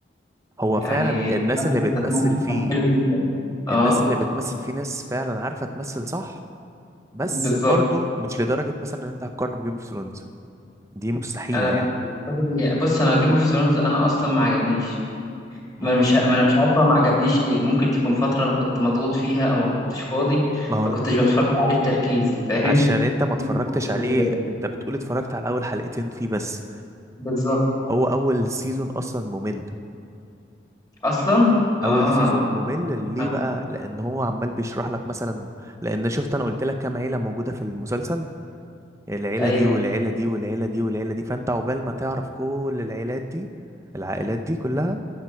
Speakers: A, on the right; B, on the left.
A: هو
B: يعني
A: فعلا
B: الكاركتر
A: الناس اللي بتمثل
B: ذات نفسه
A: فيه
B: كان حلو جدا اه
A: الناس اللي بتمثل في ناس فعلا عارفة تمثل صح بس
B: بالظبط
A: برضو مش لدرجة مثلا ان انت هتقارن بجيم اوف ثرونز دي مستحيلة
B: انا
A: يعني
B: بص انا جيم اوف ثرونز انا اصلا ما عجبنيش
A: ما
B: ما أنا
A: عشان
B: مش ما انا مش عارف هو ما عجبنيش ليه ممكن تكون فتره انا كنت مضغوط فيها او ما كنتش فاضي
A: ما هو
B: فكنتش
A: انت-
B: بتفرج عليه بتركيز فاهم
A: عشان انت ما اتفرجتش
B: حاجه
A: عليه
B: زي كده
A: انت بتقول اتفرجت على اول حلقتين فيه بس
B: بالظبط
A: هو اول سيزون اصلا ممل
B: اصلا اه,
A: اول سيزون ممل ليه
B: آه.
A: بقى لان هو عمال بيشرح لك مثلا لان شفت انا قلت لك كام عيلة موجودة في المسلسل العيلة
B: ايوه
A: دي والعيلة دي والعيلة دي والعيلة دي فانت عقبال ما تعرف كل العيلات دي العائلات دي كلها